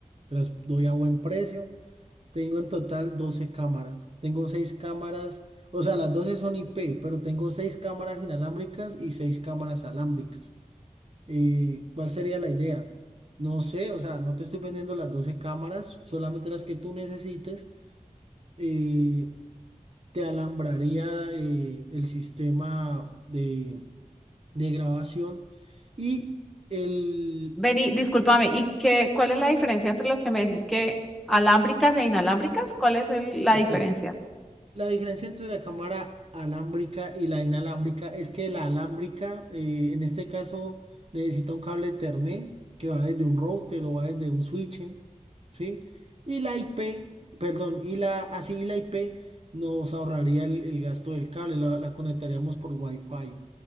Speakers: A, on the right; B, in the centre.
A: te las doy a buen precio, tengo en total 12 cámaras, tengo 6 cámaras, o sea, las 12 son IP, pero tengo 6 cámaras inalámbricas y 6 cámaras alámbricas. Eh, ¿cuál sería la idea? No sé, o sea, no te estoy vendiendo las 12 cámaras, solamente las que tú necesites. eh, te alambraría eh, el sistema de, de grabación y el...
B: Vení, discúlpame, ¿y qué, cuál es la diferencia entre lo que me decís que alámbricas e inalámbricas? ¿Cuál es el- la
A: Ok,
B: diferencia?
A: la diferencia entre la cámara alámbrica y la inalámbrica es que la alámbrica, eh, en este caso, necesita un cable Ethernet que va desde un router o va desde un switch, ¿sí? Y la IP, perdón, y la, así y la IP nos ahorraría el, el gasto del cable, la, la conectaríamos por Wi-Fi.